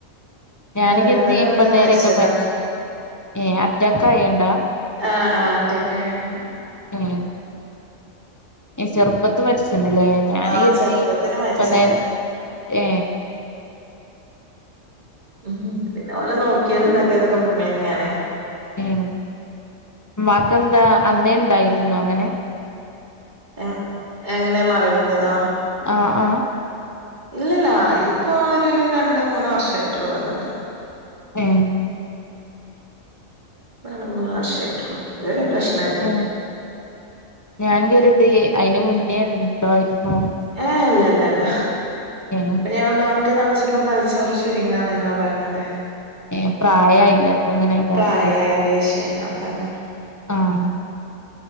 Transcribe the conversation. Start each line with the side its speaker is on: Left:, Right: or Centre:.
Right: അങ്ങനെ
Left: ഞാനും
Right: വേദന
Left: കരുതി ഇപ്പ
Right: വന്ന്
Left: നേരൊക്കെ
Right: മരിച്ചതാ
Left: മ ഏ അറ്റാക്ക്യണ്ടാ
Right: ആഹ് ആ് അറ്റക്കായോണ്ട
Left: ഉം ഏ ചെറുപ്പത്ത് മരിച്ചന്നല്ലേ ഞാൻീ
Right: ആഹ്
Left: കരുതി
Right: ചെറുപ്പത്തില് മരിച്ചണ്
Left: ഇപ്പ നേര ഏ
Right: ഉംം പിന്നെ പോലെ നോക്കിയത് എന്താക്കിയതൊക്കെ ഉമ്മ തന്നെയാണ്
Left: ഉം ഉമ്മാക്ക്ന്താ അന്നേ ഉണ്ടായിരുന്നു അങ്ങനെ
Right: എ എങ്ങനെയാ മറവിന്റതാ
Left: ആഹ ആഹ
Right: ഇല്ലല്ല ഇതിപ്പോൊ ഒരു രണ്ട് മൂന്ന് വർഷ ആട്ടുള്ളൂ വന്നിട്ട്
Left: ആഹ
Right: രണ്ട് മൂന്ന് വർഷ ആയിട്ടുള്ളു അതുവരെ പ്രശ്നം അല്ലേ
Left: ഏഹ് ഞാൻ കരുത് അയിന് മുന്നേ ഉണ്ടായിരുന്നോ
Right: ഏ എല്ല എല്ലല്ല
Left: ആഹ
Right: അപ്പൊ ഞാൻ ഡോക്ടറെ കാണിച്ചപ്പ തലച്ചോറ് ചുരുങ്ങാണന്നാ പറഞ്ഞതത്
Left: ഏ പ്രായായില്ലേ അപ്പൊ ഇങ്ങനെ ഇതായിക്കാരം
Right: പ്രായയേൻ്റെ പക്ഷെ അന്താണ്
Left: ആഹ